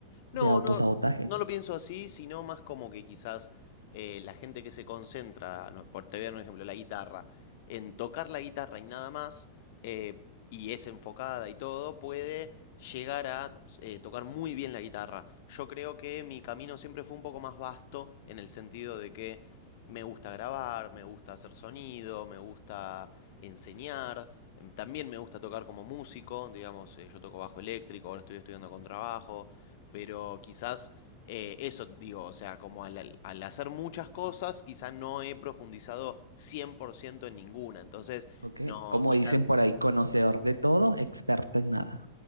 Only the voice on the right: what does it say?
de autosabotaje,
¿ok?
Como
dicen por ahí, conocedor de todo, experto en nada.